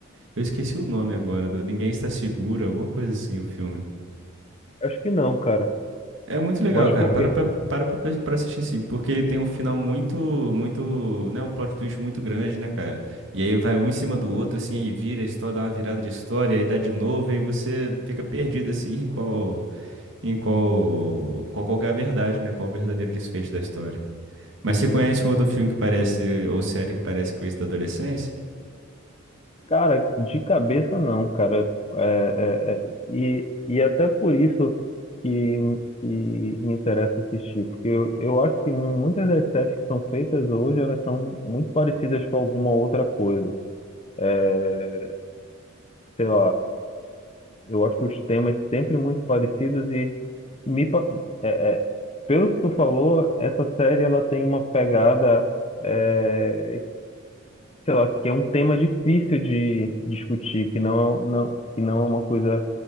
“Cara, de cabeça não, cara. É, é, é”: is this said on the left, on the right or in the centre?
Left